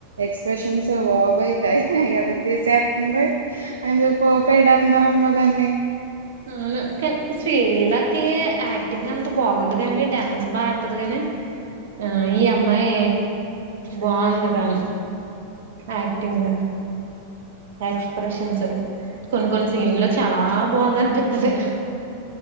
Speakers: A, on the right; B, on the right.
A: ఎక్స్ప్రెషన్స్ బాబోయ్ తెగ ఈరగ తీసేస్తుందే. అయ్యో పోపెడర్మరమ్మ దాన్ని.
B: అవును. శ్రీలీలాకి యాక్టింగ్ అంత బాగోదు గాని డాన్స్ బాగా అడ్తది గాని. ఆ ఈ అమ్మాయి బావుంది కానీ యాక్టింగ. ఎక్స్ప్రెషన్సస్క్స్ కొన్ని కొన్ని సీన్ లో చాలా బాగుందం. పెద్దదే.